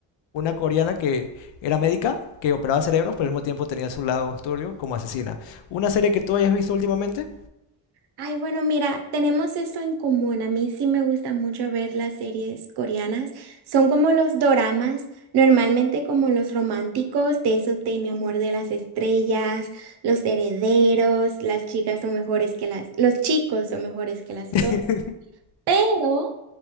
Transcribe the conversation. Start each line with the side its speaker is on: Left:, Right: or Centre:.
Left: una coreana que era médica que operaba cerebros, pero al mismo tiempo tenía su lado turbio como asesina. ¿Una serie que tú hayas visto últimamente?
Right: Ay, bueno, mira, tenemos eso en común. A mí sí me gusta mucho ver las series coreanas. Son como los doramas, normalmente como los románticos, de esos de Mi amor de las estrellas, Los herederos, las chicas son mejores que las, los chicos son mejores que las
Left: <laughs>
Right: flores. Pero